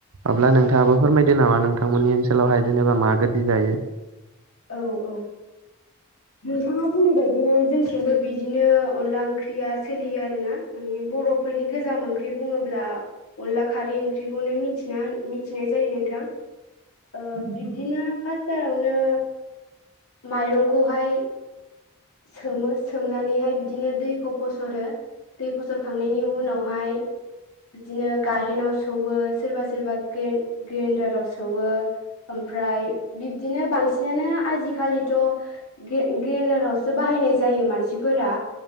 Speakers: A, on the right; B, on the left.
A: अब्ला नोंथाङाबो फोरमायदो नामा नोंथांमोननि ओनसोलावहाय जेनेबा मा गोदि जायो
B: औ औ नोंथाङा बुंनाय बायदिनो जोंथिंबो बिदिनो अनला ओंख्रिया सोलियो आरो ना माने बर'फोरनि गोजाम ओंख्रि बुङोब्ला अनला खारै ओंख्रिखौनो मिथिना मिथिनाय जायो नोंथां ओ बिब्दिनो फार्सथारावनो माइरंखौहाय सोमो सोमनानैहाय बिदिनो दैखौ फस'रो दै फसरखांनायनि उनाव हाय बिदिनो गाहेनाव सौवो सोरबा सोरबा गेन-ग्रेन्दाराव सौवो ओमफ्राय बिब दिनो बांसिनानो आजिखालिथ' गे- गेनदारावसो सो बाहायनाय जायो मानसिफोरा